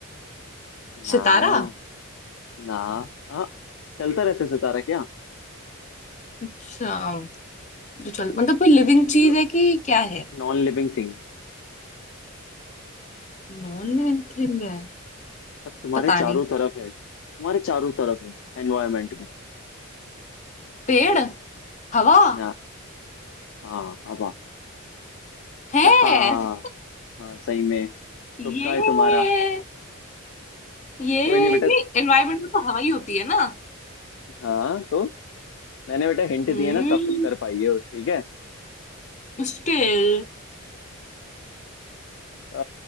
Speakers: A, on the left; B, on the left.
A: ना
B: सितारा
A: ना हाँ चलता रहता है सितारा क्या
B: अच्छा तो चल मतलब कोई लिविंग चीज
A: जो
B: है कि क्या है
A: नॉन लिविंग थिंग
B: नॉन लिविंग थिंग है
A: और तुम्हारे
B: पता
A: चारों
B: नहीं
A: तरफ है तुम्हारे चारों तरफ है एनवायरमेंट में
B: पेड़ हवा
A: ना हाँ हवा
B: है
A: क्या हाँ हाँ सही में
B: ये
A: तुक्का है तुम्हारा
B: ये
A: कोई नहीं बेटा
B: नहीं एनवायरनमेंट में तो हवा ही होती है ना
A: हाँ तो मैंने बेटा हिंट
B: हम्म
A: दिए ना तब तुम कर पाई हो ठीक है
B: स्टिल
A: अ,